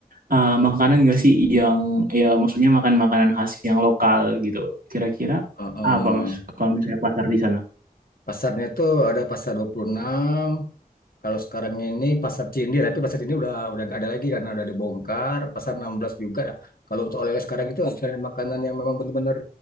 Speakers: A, on the right (about 65°); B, on the left (about 70°).
A: eh, makanan gak sih yang ya maksudnya makan makanan khas yang lokal gitu. Kira-kira
B: Uh-uh.
A: apa, Mas? Kalau misalnya pasar di sana?
B: Pasarnya itu ada pasar dua puluh enam kalau sekarang ini pasar Cindi, tapi pasar Cindi udah udah nggak ada lagi karena udah dibongkar. Pasar 16 juga. Kalau untuk oleh-oleh sekarang itu misalnya makanan yang memang benar-benar